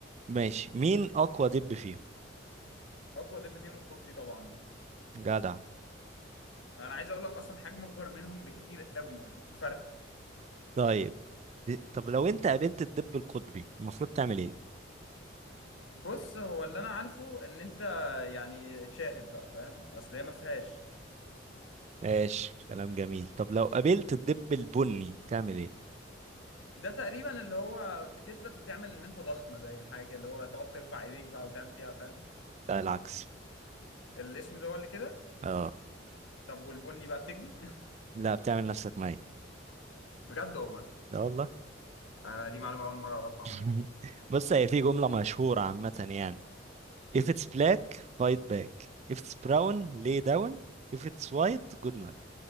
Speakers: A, on the right; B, on the left.
A: ماشي مين اقوى دب فيهم
B: اقوى دب فيهم القطبي طبعا
A: جدع
B: انا عايز اقول لك اصلا حجمه اكبر منهم بكتير قوي يعني بفرق
A: طيب طب لو انت قابلت الدب القطبي المفروض تعمل ايه
B: بص هو اللي انا عارفه ان انت يعني تشاهد بقى فاهم اصل هي ما فيهاش
A: ماشي كلام جميل طب لو قابلت الدب البني تعمل ايه؟
B: ده تقريبا اللي هو بتثبت وتعمل ان انت ضخم باين حاجه كده، اللي هو تقعد ترفع ايديك بقى وتعمل فيها فاهم
A: لا العكس
B: الاسود هو اللي كده
A: اه
B: طب والبني بقى بتجري
A: لا بتعمل نفسك ميت
B: <laughs> بجد والله
A: لا والله
B: انا دي معلومه اول مره اعرفها
A: <laughs>
B: عامه
A: بص هي في جملة مشهورة عامة يعني if it's black fight back if it's brown lay down if it's white good night